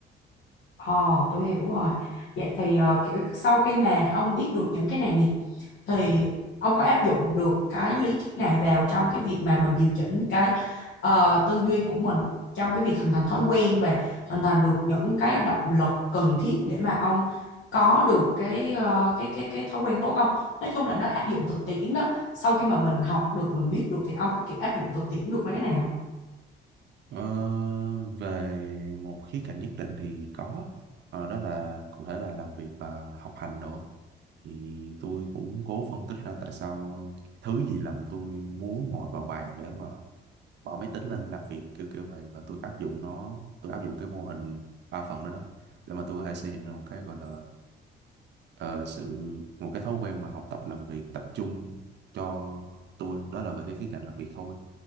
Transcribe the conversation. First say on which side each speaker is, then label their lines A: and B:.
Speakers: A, on the left; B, on the right.
A: Ồ, tôi hiểu rồi. Vậy thì ờ, kiểu sau khi mà ông biết được những cái này nè thì ông có áp dụng được cái lý thuyết này vào trong cái việc mà mình điều chỉnh cái ờ, tư duy của mình trong cái việc hình thành thói quen và hình thành được những cái động lực cần thiết để mà ông có được cái ờ, cái cái cái thói quen tốt không? Nói chung là nó áp dụng thực tiễn đó. Sau khi mà mình học được, mình biết được thì ông có kiểu áp dụng thực tiễn được mấy cái này không?
B: Ờ, về một khía cạnh nhất định thì có Ờ, đó là cụ thể là làm việc và học hành đồ á. thì tôi cũng cố phân tích ra tại sao thứ gì làm tôi muốn ngồi vào bàn để mà bỏ máy tính lên làm việc kiểu kiểu vậy và tôi áp dụng nó tôi áp dụng cái mô hình ba phần đó đó để mà tôi có thể xây dựng ra một cái gọi là ờ, sự một cái thói quen mà học tập làm việc tập trung cho tôi đó là về cái khía cạnh làm việc thôi